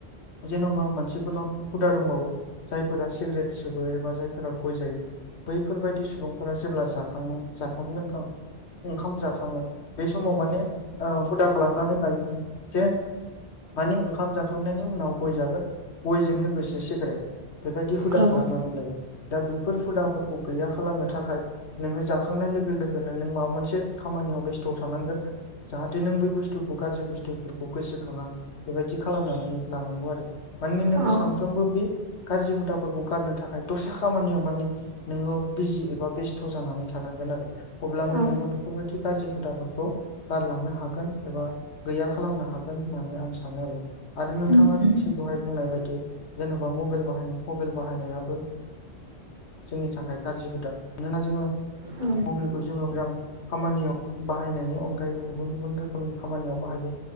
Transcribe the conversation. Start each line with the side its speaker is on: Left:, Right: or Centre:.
Left: जेन'बा मोनसिफोरनाव हुदा दंबावो। जायफोरा सिगरेट सोबो एबा जायफोरा गय जायो। बैफोरबायदि सुबुंफोरा जेब्ला जाखां जाखां लोंखां ओंखाम जाखाङो बे समाव माने हुदा खालामनानै लायो जे माने ओंखाम जाखांनायनि उनाव गय जागोन। गयजों लोगोसे सिकरेट बेबायदि हुदा
Right: औ
Left: खालामनानै लायो। दा बेफोर हुदाफोरखौ गैया खालामनो थाखाय नोङो जाखांनाय लोगो लोगोनो नों माबा मोनसे खामानियाव बेस्थ' थानांगोन। जाहाथे नों बै बुस्थुखौ गाज्रि बुस्थुफोरखौ गोसोखाङा। बेबायदि खालामनानै लानांगौ आरो माने नोङो
Right: औ
Left: सानफ्रोमबो बे गारजि हुदाफोरखौ गारनो थाखाय दस्रा खामानियाव माने नोङो बिजि एबा बेस्थ' जानानै थानांगोन आरो अब्लानो
Right: औ
Left: नोङो बेफोरबायदि गाज्रि हुदा फोरखौ गारलांनो हागोन एबा गैया खालामनो हागोन होननानै आं सानो आरो आरो नोंथाङा
Right: उम उम
Left: थिग बेहाय बुंनाय बायदि जेन'बा मबाइल बाहायनाय मबाइल बाहायनायाबो जोंनि थाखाय गाज्रि हुदा मानोना जोङो
Right: औ
Left: मबेलखौ जोङो मोजां खामानियाव बाहायनायनि अनगायैबो गुबुन गुबुन रोखोमनि खामानियाव बाहायो